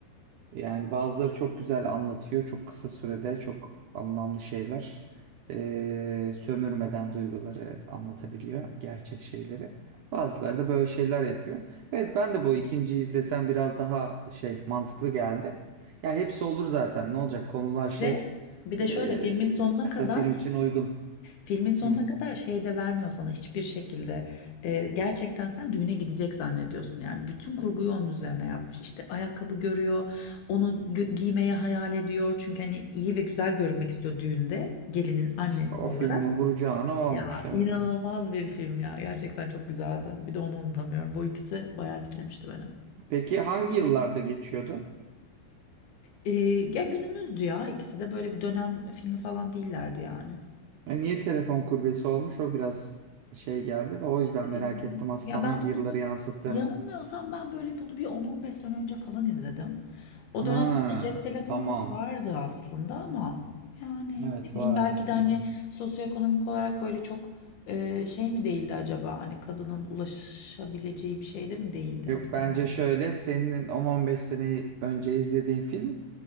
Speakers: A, on the right; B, on the left.
A: Yani bazıları çok güzel anlatıyor. Çok kısa sürede çok anlamlı şeyler. Ee, sömürmeden duyguları anlatabiliyor. Gerçek şeyleri. Bazıları da böyle şeyler yapıyor. Evet ben de bu ikinciyi izlesem biraz daha şey mantıklı geldi. Ya hepsi olur zaten. Ne olacak? Konular şey
B: Ve bir de
A: ee,
B: şöyle filmin sonuna
A: kısa
B: kadar
A: film için uygun.
B: Filmin sonuna
A: Hı
B: kadar şey de vermiyor sana hiçbir şekilde. Ee, gerçekten sen düğüne gidecek zannediyorsun. Yani bütün kurguyu onun üzerine yapmış. İşte ayakkabı görüyor, onu gö- giymeyi hayal ediyor. Çünkü hani iyi ve güzel görünmek istiyor düğünde gelinin annesi
A: İşte o
B: olarak.
A: filmin vuracağını o
B: Ya
A: olmuş evet.
B: inanılmaz bir film ya. Gerçekten çok güzeldi. Bir de onu unutamıyorum. Bu ikisi bayağı etkilemişti beni.
A: Peki hangi yıllarda geçiyordu?
B: Ee, ya günümüzdü ya. İkisi de böyle bir dönem filmi falan değillerdi yani.
A: E, niye telefon kulübesi olmuş? O biraz şey geldi de o yüzden
B: Film-
A: merak ettim aslında
B: Ya ben
A: hangi
B: bunu
A: yılları yansıttığını.
B: Yanılmıyorsam ben böyle bunu bir 10-15 sene önce falan izledim.
A: Ha,
B: O dönemde de cep telefonları
A: tamam.
B: vardı aslında ama yani
A: Evet
B: ne bileyim
A: var
B: belki
A: aslında.
B: de hani sosyoekonomik olarak böyle çok e, şey mi değildi acaba? Hani kadının ulaşabileceği bir şey de mi değildi?
A: Yok
B: Hatırlamıyorum.
A: bence şöyle senin 10-15 sene önce izlediğin film